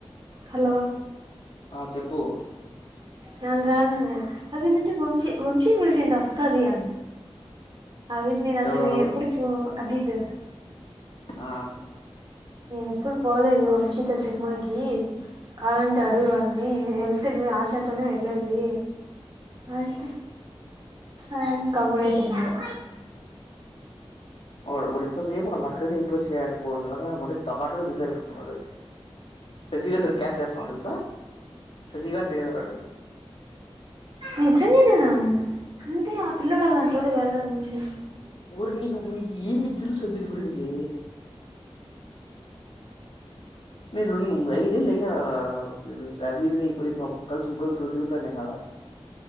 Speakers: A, on the right; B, on the left.
A: హలో
B: ఆ చెప్పుు
A: నెన్ రానన్న అది వంశి వంశీనీ పిల్సండి వస్తది అవిద్ నేను అసలు
B: ఎవరు
A: ఎప్పుడు పో అభిదు
B: ఆ
A: నేన ఎప్పుడు పోలేదు వంశితో సినిమాకి కావాలంటే అడుగు వాళ్ళని వెళ్తే ఆశాతోనే వెళ్లేది అంటే ఆ గమున్న అయిపోయినాడు
B: వాడ్ వాడు ఇంతసేపు వాళ్ల అక్కని ఇంప్రెస్ చేయకపోవడం నిజంగా వాడు <unintelligible> దాన్ని క్యాచ్ చేసన్నాడు తెలుసా? శశి గాడ్ తెలిదనడు
A: నిజంగానే నా అంటె ఆ పిల్లోడు అలాంటోడు కాదు కదా వంశీ.
B: ఊరి నీకు మీకు ఏమి తెలుసు అబిద్ గురించి మేం రెండు ఐదేళ్లు ఐనా ఆ నేను శాబిద్ నీ ఇబ్రహీం నీ కలిసి ముగ్గురం తిరుగుతన్యం కదా